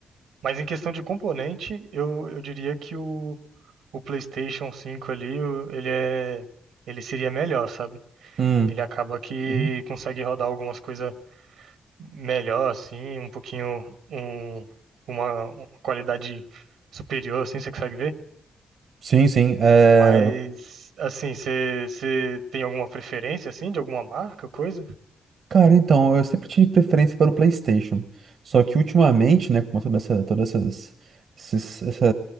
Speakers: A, on the right (about 85°); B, on the right (about 65°).
A: mas em questão de componente, eu, eu diria que o, o PlayStation cinco ali, o- ele é, ele seria melhor, sabe?
B: Hum.
A: Ele acaba que
B: Uhum.
A: consegue rodar algumas coisas melhor, assim, um pouquinho, um, uma, uma qualidade superior, assim, você consegue ver?
B: Sim, sim. É,
A: Mas, assim, você você tem alguma preferência, assim, de alguma marca, coisa?
B: Cara, então, eu sempre tive preferência para o PlayStation. Só que ultimamente, né, com toda essa, todas essas, esses- essa,